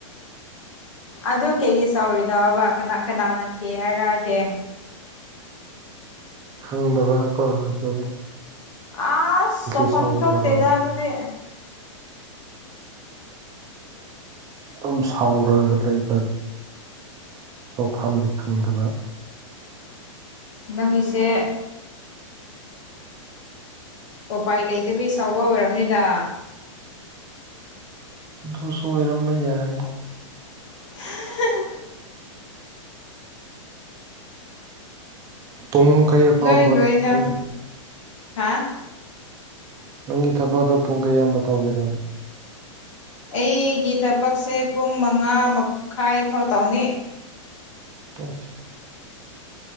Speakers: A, on the left (about 65°); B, on the right (about 20°).
A: ꯑꯗꯨ ꯀꯩꯒꯤ ꯁꯥꯎꯔꯤꯅꯣ ꯍꯥꯏꯕꯥ ꯀꯅꯥ ꯀꯅꯥꯅ ꯀꯦ ꯍꯥꯏꯔꯛꯑꯒꯦ
B: ꯈꯪꯗꯕ ꯀꯣꯁꯨ
A: ꯑꯁ ꯁꯥꯎꯐꯝꯊꯣꯛꯇꯦꯗꯥ
B: ꯁꯥꯎꯕ꯭ꯔꯣꯅ
A: ꯑꯗꯨꯗꯤ
B: ꯑꯗꯨꯝ ꯁꯥꯎꯔꯒ ꯂꯩꯕ ꯇꯧꯐꯝ ꯈꯪꯗꯕ
A: ꯅꯪꯒꯤꯁꯦ ꯎꯄꯥꯏ ꯂꯩꯇꯕꯩ ꯁꯥꯎꯕ ꯑꯣꯏꯔꯝꯅꯤꯗ
B: ꯑꯗꯨꯁꯨ ꯑꯣꯏꯔꯝꯕ ꯌꯥꯏ
A: <inaudible>
B: ꯄꯨꯡ ꯀꯌꯥ ꯐꯥꯎꯕ
A: ꯅꯣꯏ ꯂꯣꯏꯅ
B: ꯅꯪꯒꯤ
A: ꯍꯥꯥ
B: ꯅꯪꯒꯤ ꯊꯕꯛꯗꯣ ꯄꯨꯡ ꯀꯩꯌꯥꯝꯕ ꯇꯧꯒꯦꯔꯝꯅꯣ
A: ꯑꯩꯒꯤ ꯊꯕꯛꯁꯦ ꯄꯨꯡ ꯃꯉꯥ ꯃꯈꯥꯏ ꯐꯥꯎ ꯇꯥꯎꯅꯤ
B: ꯑꯁ